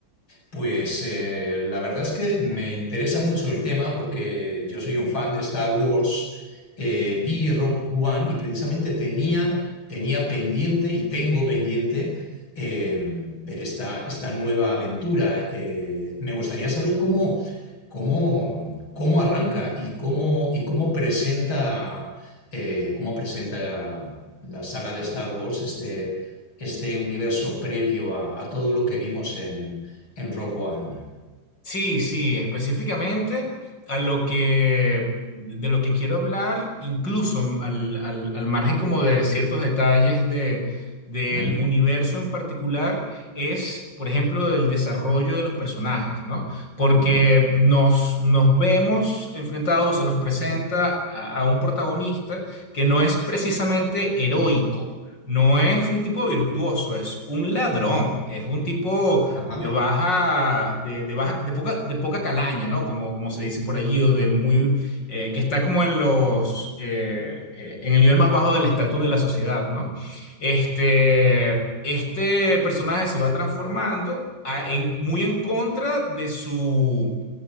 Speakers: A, on the left; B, on the left.
A: Pues eh, la verdad es que me interesa mucho el tema porque yo soy un fan de Star Wars. eh, vi Rogue One y precisamente tenía, tenía pendiente y tengo pendiente eh, ver esta, esta nueva aventura. Eh, me gustaría saber cómo, cómo, cómo arranca y cómo, y cómo presenta, eh, cómo presenta la saga de Star Wars este, este universo previo a, a todo lo que vimos en, en Rogue One.
B: Sí, sí, específicamente a lo que de lo que quiero hablar, incluso al, al- al margen como de ciertos detalles de, del
A: Mm,
B: universo en particular, es, por ejemplo, del desarrollo de los personajes, ¿no? Porque
A: Ajá,
B: nos, nos vemos enfrentados o se nos presenta a, a un protagonista que no es precisamente heroico. No es un tipo virtuoso, es un ladrón, es un tipo
A: ajá,
B: de baja, de, de baja, de poca, de poca calaña, ¿no? Como, como se dice por allí, o de muy, eh, que está como en los, eh, eh, en el nivel más bajo del estatus de la sociedad, ¿no? Este, este personaje se va transformando a- en- muy en contra de su